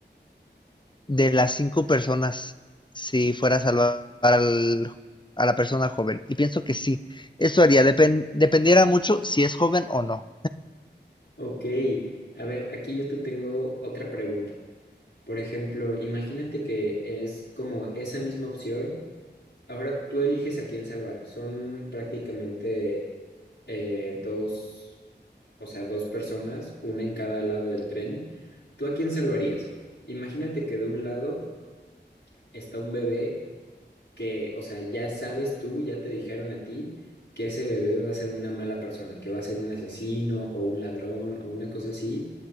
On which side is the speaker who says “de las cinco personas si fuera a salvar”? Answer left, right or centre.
Left